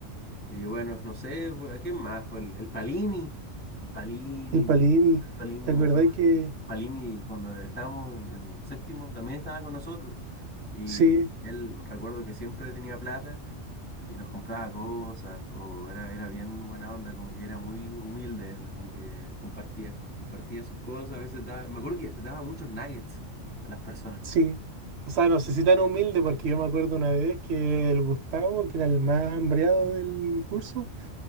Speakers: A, on the left; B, on the right.
A: Y bueno, no sé, pues, ¿a quién más? Pues, El, el Palini, el Palini,
B: El Palini,
A: el Palini,
B: ¿te acordáis
A: me acuerdo, que
B: que...?
A: Palini cuando estábamos en en séptimo también estaba con nosotros y
B: Sí,
A: él recuerdo que siempre tenía plata. y nos compraba cosas, o era, era bien buena onda, como que era muy humilde él, como que compartía, compartía sus cosas, a veces daba, me acuerdo que daba muchos nuggets a las personas.
B: Sí, o sea, no sé si tan humilde, porque yo me acuerdo una vez que el Gustavo, que era el más hambreado del curso,